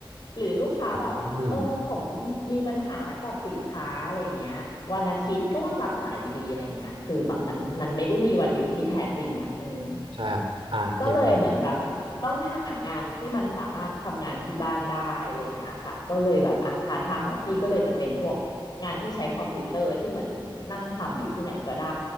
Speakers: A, on the left; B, on the right.
A: หรือลูกค้าแบบ
B: อืม
A: เออผมมีปัญหากับสินค้าอะไรอย่างเงี้ยวันอาทิตย์ก็ต้องรับสายอยู่ดีอะไรอย่างเงี้ยคือแบบมันมันไม่ได้มีวันหยุดที่แท้จริงอ่ะอืม
B: ใช่ครับอ่ะยังไง
A: ก็เลยเหมือนแบบต้องหางานที่มันสามารถทำงานที่บ้านได้อะไรอย่างเงี้ยค่ะก็เลยแบบอ่ะพาร์ทไทม์ของพี่ก็เลยจะเป็นพวกงานที่ใช้คอมพิวเตอร์ที่เหมือนนั่งทำอยู่ที่ไหนก็ได้